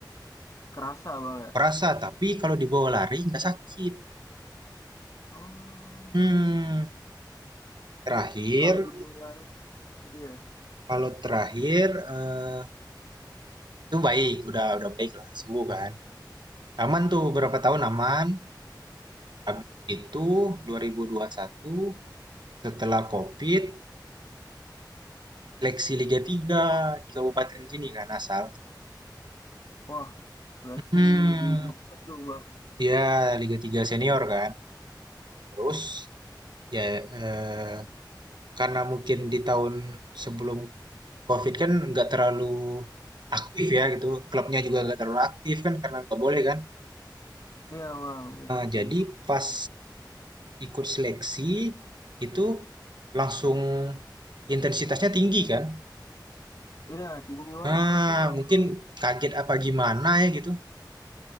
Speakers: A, on the left; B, on the right.
A: Kerasa banget.
B: Kerasa,
A: ya?
B: tapi kalau dibawa lari nggak sakit.
A: Oh,
B: Hmm, terakhir,
A: kalau di bola arena gitu dia.
B: kalau terakhir eh, itu baik, udah udah baik lah, sembuh kan. Aman tuh berapa tahun aman. Habis itu dua dua ribu dua puluh satu setelah COVID ikut seleksi Liga tiga di kabupaten sini kan asal.
A: Wah, seleksi
B: Hmm,
A: di Jogja tuh bang.
B: dia Liga tiga senior kan. Terus Ya, eee, karena mungkin di tahun sebelum COVID kan nggak terlalu aktif ya gitu, klubnya juga nggak terlalu aktif kan karena nggak boleh kan.
A: Iya bang, di
B: Eee,
A: Restrip.
B: jadi pas ikut seleksi itu langsung intensitasnya tinggi kan.
A: Iya, tinggi banget
B: Ah,
A: pasti bang.
B: mungkin kaget apa gimana ya gitu,